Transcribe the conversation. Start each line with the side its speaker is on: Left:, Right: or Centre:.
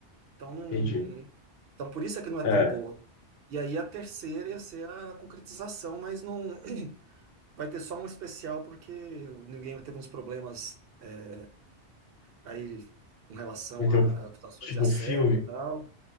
Right: Então, não...
Left: entendi.
Right: então por isso é que não é
Left: É,
Right: tão boa. E aí a terceira ia ser a concretização, mas não. <clears throat> Vai ter só um especial porque o New Game teve uns problemas é, aí com relação
Left: então,
Right: a acusações
Left: tipo
Right: de assédio
Left: um filme.
Right: e tal.